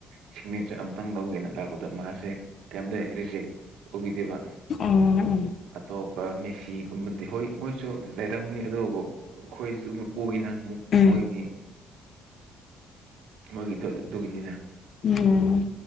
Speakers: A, on the right; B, on the left.
A: ꯁꯤꯒꯅꯦꯆꯔ ꯑꯃꯇꯪ ꯂꯧꯒꯦꯅ ꯂꯥꯛꯄꯗ ꯃꯥꯁꯦ ꯀꯩꯝꯇ ꯔꯤꯖꯦꯛ ꯑꯣꯢꯗꯦꯕ
B: ꯎꯝ ꯎꯝ
A: ꯑꯇꯣꯞꯄ ꯃꯦꯁꯤꯒꯨꯝꯕꯗꯤ ꯍꯣꯏ ꯃꯣꯏꯁꯨ ꯂꯩꯔꯝꯅꯤ ꯑꯗꯨꯕꯨ ꯑꯩꯈꯣꯏꯁꯨ ꯑꯗꯨ ꯎꯒꯤꯅ
B: ꯎꯝ
A: ꯃꯣꯏꯒꯤ
B: <unintelligible> <unintelligible>
A: ꯃꯣꯢꯒꯤꯗꯣ ꯑꯗꯨꯒꯤꯗꯤꯅꯦ
B: ꯎꯝ